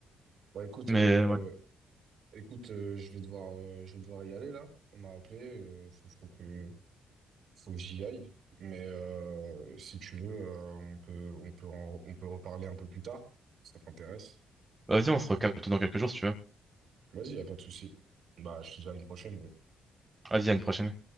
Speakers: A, on the right; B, on the right.
A: Bah écoute,
B: <laughs> Mais
A: euh,
B: ouais.
A: écoute, euh, je vais devoir, euh, je vais devoir y aller là. On m'a appelé, euh, faut, faut que, faut que j'y aille. Mais euh, si tu veux, euh, on peut, on peut, en- on peut reparler un peu plus tard, si ça t'intéresse.
B: Vas-y, on se recapte dans quelques jours si tu veux.
A: Vas-y, y a pas de souci. Bah, je te dis à une prochaine. ouais.
B: Vas-y, à une prochaine.